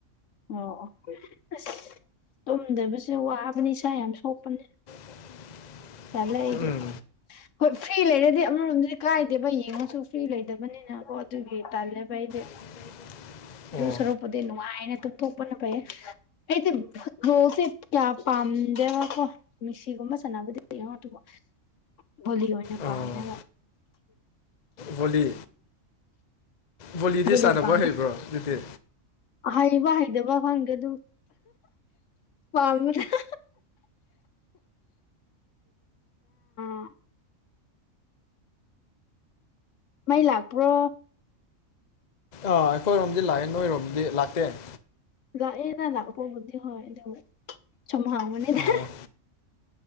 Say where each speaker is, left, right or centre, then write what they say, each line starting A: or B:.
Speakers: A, on the left; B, on the left.
A: ꯑꯣ ꯑꯣ ꯑꯁ ꯇꯨꯝꯗꯕꯁꯦ ꯋꯥꯕꯅꯤ ꯏꯁꯥ ꯌꯥꯝ ꯁꯣꯛꯄꯅꯤ꯫
B: <inaudible>
A: ꯇꯜꯂꯦ ꯑꯩꯗꯤ꯫
B: ꯎꯝ
A: ꯍꯣꯏ ꯐ꯭ꯔꯤ ꯂꯩꯔꯗꯤ ꯑꯃꯔꯣꯝꯗꯗꯤ ꯀꯥꯏꯗꯦꯕ ꯌꯦꯡꯉꯁꯨ ꯐ꯭ꯔꯤ ꯂꯩꯗꯕꯅꯤꯅꯀꯣ ꯑꯗꯨꯒꯤ ꯇꯜꯂꯦꯕ ꯑꯩꯗꯤ ꯫
B: <inaudible> ꯑꯣ
A: ꯗꯨ ꯁꯔꯨꯛꯄꯨꯗꯤ ꯅꯨꯡꯉꯥꯏꯅ ꯇꯨꯝꯊꯣꯛꯄꯅ ꯐꯩꯌꯦ ꯫ ꯑꯩꯗꯤ ꯐꯨꯠꯕꯣꯜꯁꯦ ꯀꯌꯥ ꯄꯥꯝꯗꯦꯕ ꯀꯣ ꯫ ꯃꯤꯁꯤꯒꯨꯝꯕ ꯁꯥꯟꯅꯕꯗꯤ ꯌꯦꯡ ꯉ‌ꯣ ꯑꯗꯨꯕꯨ ꯚꯣꯂꯤ ꯑꯣꯏꯅ
B: ꯑꯣ
A: ꯄꯥꯝꯃꯦꯕ ꯫
B: ꯚꯣꯂꯤ ꯚꯣꯂꯤꯗꯤ
A: ꯚꯣꯂꯤ
B: ꯁꯥꯟꯅꯕ
A: ꯄꯥꯝꯃꯦ
B: ꯍꯩꯕ꯭ꯔꯣ ꯑꯗꯨꯗꯤ?
A: ꯍꯩꯕ ꯍꯩꯗꯕ ꯈꯪꯗꯦ ꯑꯗꯨ ꯄꯥꯝꯕꯅꯦ ꯫ <unintelligible> ꯃꯩ ꯂꯥꯛꯄ꯭ꯔꯣ?
B: ꯑꯥ ꯑꯩꯈꯣꯏꯔꯣꯝꯗꯤ ꯂꯥꯛꯑꯦ ꯅꯣꯏꯔꯣꯝꯗꯤ ꯂꯥꯛꯇꯦ ꯫
A: ꯂꯥꯛꯑꯦꯗ ꯂꯥꯛꯄꯕꯨꯗꯤ ꯍꯣꯏ ꯑꯗꯨ ꯁꯨꯝ ꯍꯥꯡꯕꯅꯤꯗ
B: ꯑꯣ
A: ꯫